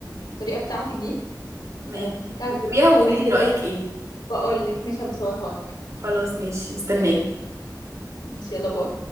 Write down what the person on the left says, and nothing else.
الطريقة بتاعتك دي
آه، بتاعت
الفراخ
وأقول لك ماشي هبصورها لك
ماشي يلا باي